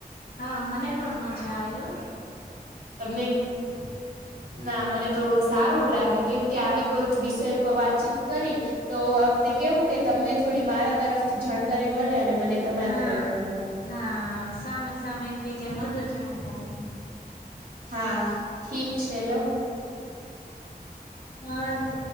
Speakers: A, on the left; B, on the right.
A: હા, મને પણ મજા આવી હો.
B: તમને
A: <inaudible>
B: ના. મને તો સારું લાગ્યું કેમ કે, આવી કોઈક વિષય ઉપર વાતચીત કરી તો આપને કેવું કે તમને થોડી મારા તરફથી જાણકારી મલે અને મને તમારા
A: હા,
B: તરફથી મળે
A: હા. સામે સામે એકબીજાને વધુ જાણકાર
B: હા, ઠીક છે લો.
A: હા ત.